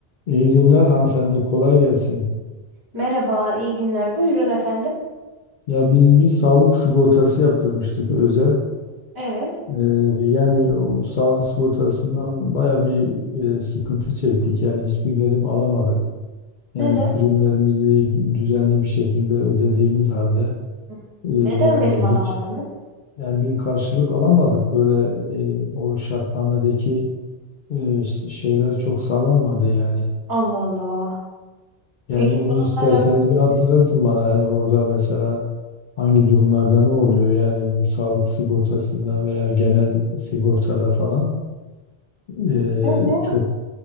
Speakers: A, on the left; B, on the right.
A: İyi günler hanımefendi, kolay gelsin.
B: Merhaba, iyi günler. Buyurun efendim.
A: Ya biz bir sağlık sigortası yaptırmıştık özel.
B: Evet.
A: Ee, yani o sağlık sigortasından baya bir e, sıkıntı çektik. Yani hiçbir verim alamadık. Yani
B: Neden?
A: primlerimizi düzenli bir şekilde ödediğimiz halde
B: Hı.
A: e, yani
B: Neden verim alamadınız?
A: hiç yani bir karşılık alamadık. Böyle e, o şartnamedeki e, şeyler çok sağlanmadı yani.
B: Allah Allah.
A: Yani
B: Peki
A: onu
B: bununla
A: isterseniz bir hatırlatın bana. Yani orada mesela hangi durumlarda ne oluyor yani bu sağlık sigortasında veya genel sigortada falan e,
B: alakalı ne?
A: çok